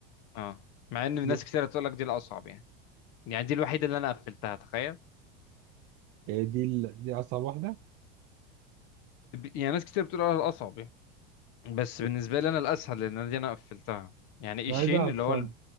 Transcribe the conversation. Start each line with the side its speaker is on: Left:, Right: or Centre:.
Left: اه مع ان
Right: دي
Left: ناس كتير تقول لك دي الاصعب يعني يعني دي الوحيدة اللي انا قفلتها تخيل
Right: يعني دي ال- دي اصعب واحده
Left: يعني ناس كتير بتقول على الاصعب يعني بس بالنسبة لي انا الاسهل لان أنا دي انا قفلتها يعني ايشين
Right: انا عايز العب
Left: اللي
Right: فن
Left: هو